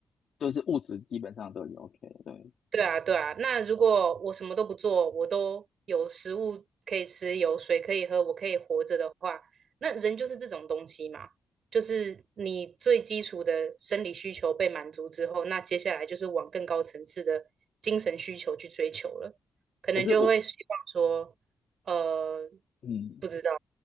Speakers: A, on the left; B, on the right.
A: 都是物质基本上都有 OK 对。
B: 对啊，对啊。那如果我什么都不做，我都有食物可以吃，有水可以喝，我可以活着的话，那人就是这种东西嘛，就是你最基础的生理需求被满足之后，那接下来就是往更高层次的精神需求去追求了，可能就会希望说，
A: 可是我
B: 呃，
A: 嗯，
B: 不知道，